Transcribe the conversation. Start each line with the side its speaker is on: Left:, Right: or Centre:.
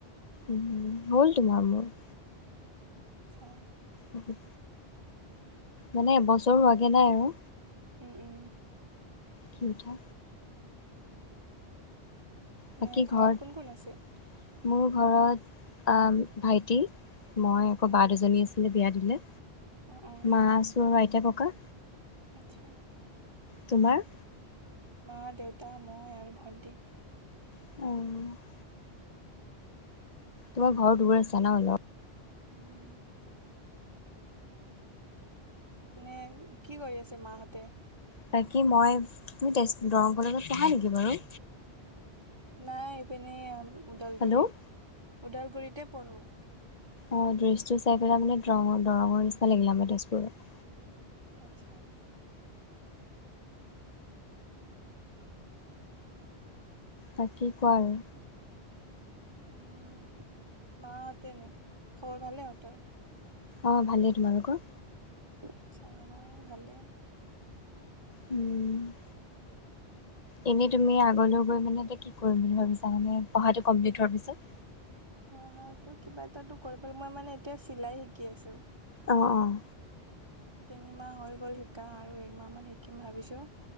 Left: উম হ'ল তোমাৰ মোৰ।
Right: আচ্ছা।
Left: <unintelligible> মানে, এবছৰ হোৱাগে নাই আৰু।
Right: উম! উম!
Left: কি উঠা? বাকী
Right: এ
Left: ঘৰত?
Right: কোন কোন আছে
Left: মোৰ ঘৰত আঁ ভাইটি, মই, আকৌ
Right: অ
Left: বা দুজনী আছিলে, বিয়া দিলে।
Right: অ অ
Left: মা আছো আৰু আইতা, ককা।
Right: আচ্ছা।
Left: তোমাৰ?
Right: মা, দেউতা, মই আৰু ভন্টি।
Left: অহ। তোমাৰ ঘৰ দূৰ আছে, ন' অলপ?
Right: উম! নে, কি কৰি আছে, মাহঁতে?
Left: বাকী, মই, তুমি তেজ, দৰং কলেজত পঢ়া নেকি বাৰু?
Right: নাই, এইপিনে ওদালগুড়িত,
Left: হেল্ল'
Right: ওদালগুড়িতে পঢ়োঁ।
Left: অ'! দৃশ্যটো চাই পেলাই মানে, দৰঙৰ- দৰঙৰ নিচিনা লাগিলে। আমাৰ তেজপুৰত
Right: আচ্ছা!
Left: বাকী, কোৱা আৰু?
Right: উম! মাহঁতেনো, খবৰ ভালে ইহঁতৰ।
Left: অ'! ভালেই, তোমালোকৰ?
Right: আচ্ছা! আমাৰো ভালেই।
Left: উম! এনেই তুমি, আগলৈ গৈ মানে, কিটোত, কি কৰিম বুলি ভাবিছা? মানে, পঢ়াটো কমপ্লিট হোৱাৰ পিছত।
Right: পঢ়াটো, কিবা এটাটো কৰিবলে, মই মানে, এতিয়া চিলাই শিকি আছোঁ।
Left: অ' অ'!
Right: তিনিমাহ হৈ গ'ল শিকা আৰু এক মাহ মান শিকিম ভাবিছোঁ!